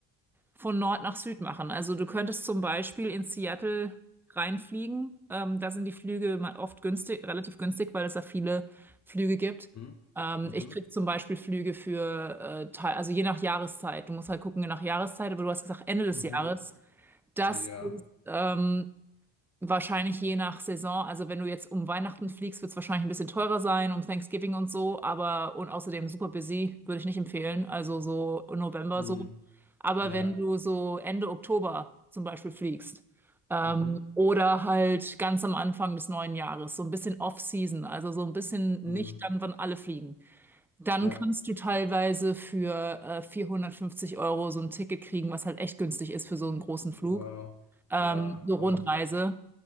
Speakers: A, in the centre; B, on the left.
A: von Nord nach Süd machen. Also du könntest zum Beispiel in Seattle reinfliegen. Ähm, da sind die Flüge ma- oft günstig, relativ günstig, weil es da viele Flüge gibt.
B: Mhm.
A: Ähm,
B: Mhm.
A: ich krieg zum Beispiel Flüge für, äh, Teil- also je nach Jahreszeit. Du musst halt gucken, je nach Jahreszeit, aber du hast gesagt Ende des
B: Mhm.
A: Jahres. Das
B: Ja.
A: ist ähm, Wahrscheinlich je nach Saison. Also wenn du jetzt um Weihnachten fliegst, wird es wahrscheinlich ein bisschen teurer sein, um Thanksgiving und so, aber und außerdem super busy, würde ich nicht empfehlen. Also so November
B: Mhm.
A: so. Aber
B: Ja.
A: wenn du so Ende Oktober zum Beispiel fliegst, ähm,
B: Mhm.
A: oder halt ganz am Anfang des neuen Jahres, so ein bisschen Off-Season, also so ein bisschen
B: Mhm.
A: nicht dann, wann alle fliegen, dann
B: Ja.
A: kannst du teilweise für äh, 450 Euro so ein Ticket kriegen, was halt echt günstig ist für so einen großen Flug.
B: Wow.
A: Ähm,
B: Ja,
A: so
B: voll.
A: Rundreise.